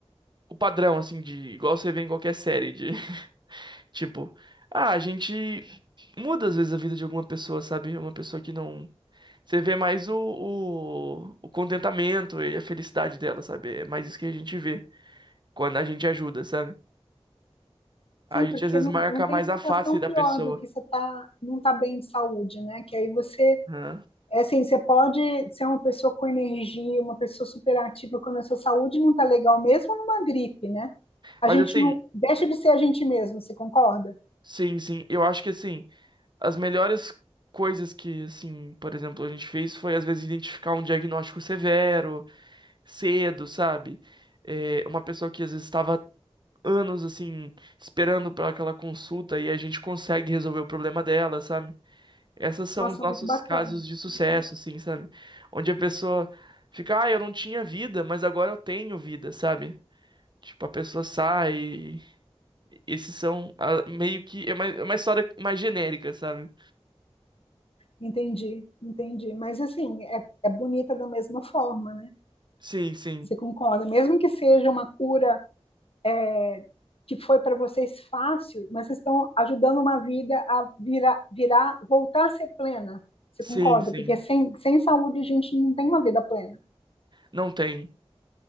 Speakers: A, on the right; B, on the left.
A: o padrão, assim, de. Igual você vê em qualquer série, de. Tipo, ah, a gente muda às vezes a vida de alguma pessoa, sabe? Uma pessoa que não. Você vê mais o, o, o contentamento e a felicidade dela, sabe? É mais isso que a gente vê quando a gente ajuda, sabe? A
B: Sim,
A: gente
B: porque
A: às vezes
B: não,
A: marca
B: não tem
A: mais
B: sensação
A: a face da
B: pior
A: pessoa.
B: do que você tá, não tá bem de saúde, né? Que aí você
A: né?
B: É assim, você pode ser uma pessoa com energia, uma pessoa superativa quando a sua saúde não está legal, mesmo numa gripe, né? A
A: Mas
B: gente
A: assim,
B: não deixa de ser a gente mesmo, você concorda?
A: sim, sim. Eu acho que assim, as melhores coisas que, assim, por exemplo, a gente fez foi às vezes identificar um diagnóstico severo, cedo, sabe? É, uma pessoa que às vezes estava anos assim esperando para aquela consulta e a gente consegue resolver o problema dela, sabe? essas são
B: Nossa,
A: os nossos
B: muito bacana.
A: casos de sucesso,
B: Uhum.
A: assim, sabe? Onde a pessoa fica, ah, eu não tinha vida, mas agora eu tenho vida, sabe? Tipo, a pessoa sai. e Esses são a- meio que. É uma, é uma história mais genérica, sabe?
B: Entendi, entendi. Mas assim, é, é bonita da mesma forma, né?
A: Sim, sim.
B: Você concorda? Mesmo que seja uma cura é, que foi para vocês fácil, mas vocês estão ajudando uma vida a virar, virar, voltar a ser plena. Você
A: Sim,
B: concorda?
A: sim.
B: Porque sem, sem saúde a gente não tem uma vida plena.
A: Não tem.